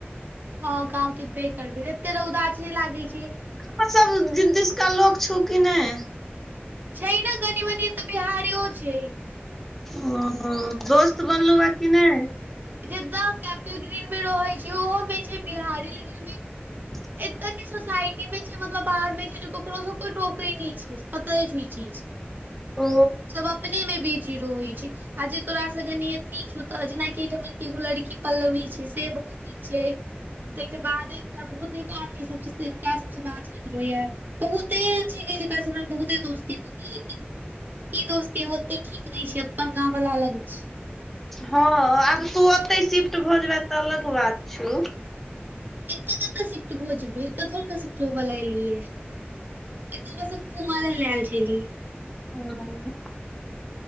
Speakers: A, on the right; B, in the centre.
A: हँ गाँंव तेबे करबै एते रौदाछै लागै छै
B: अह सब जिद्दिश का लोक छौ कि नहि
A: छै ने घनी बनी तऽ बिहारीयो छै
B: ओ दोस्त बनलुवे की ने
A: जेत कैपिटल ग्रीन में रहे छी ओहो में छै बिहारी लिन मे
B: <inaudible>
A: एते के सोसाायटी में छै मतलब बाहर में छै केकरो सब कोई टोके नै छै पता छै इ चीज <inaudible>
B: ओ
A: सब अपने मे बीजी रहय छै आ जे तोरासँनियत नीक छौ तऽ जेनाकि एहिठमन केएगो लड़की पल्लवी छी से बहुत नीक छै तै के बाद एकटा बहुत नीक आदमी सब छथिन तिनका सबसँ बात होइत रहैया बहुते एहन छी जीनकासे बहुते दोसती भौ गेल‌ हं ई दोस्ती ओते ठीक नै छै अपन गाँंव वाला अलग छी
B: हँ आब तू ओतै शिफ्ट भऽ जेब तऽ अलग बात छौ
A: एतऽ क तऽ शिफ्ट भ जेबै एत थोड़े ने शिफ्ट होब ल‌ एलियै एतौ बस हम घुमै ल आयल छलियै
B: हँ